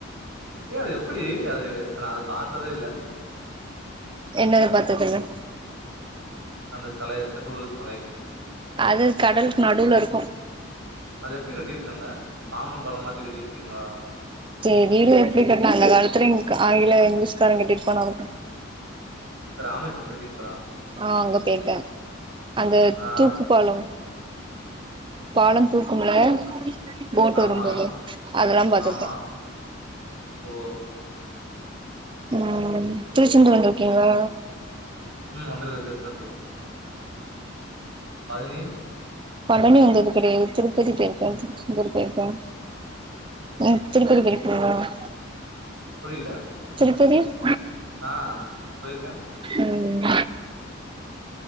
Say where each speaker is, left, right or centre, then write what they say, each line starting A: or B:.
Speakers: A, on the right; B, on the right.
A: ஏது எப்டி அது நா அது பாத்ததே இல்ல
B: என்னது பாத்ததில்ல
A: அந்த செலய திருவள்ளுவர் செலய
B: அது கடலுக்கு நடுவுல இருக்கு
A: அது எப்டி கட்டிருக்காங்க பாமன் பாலம் மாரி கட்டிருக்கீங்களா
B: செரி வீடு எப்டி கட்டனா அந்த காலத்துல காலைல எந்திரிச் <unintelligible>
A: ராமேஸ்வரம் போயிர்க்கீங்ளா
B: ஆ அங்க போயிருக்க அந்த
A: ஆ.
B: தூக்கு பாலோ பாலம் தூக்கும்ல போட்
A: ஆமா.
B: வரும்போது அதல்லா பாத்துர்க்கன்
A: ஆமா. ஓ!
B: ம் திருச்செந்தூர் வந்திருக்கீங்ளா
A: ம் வந்துருக்க திருச்செந்தூர் பல்னி
B: பலனி வந்தது கடயாது திருப்பதி போயிருக்கன் <inaudible> போயிருக்கன் ம் திருப்பதி பேரி ஆஹ்
A: புரிய்ல
B: <unintelligible>
A: ஆஹ் போயிருக்கன்
B: ம்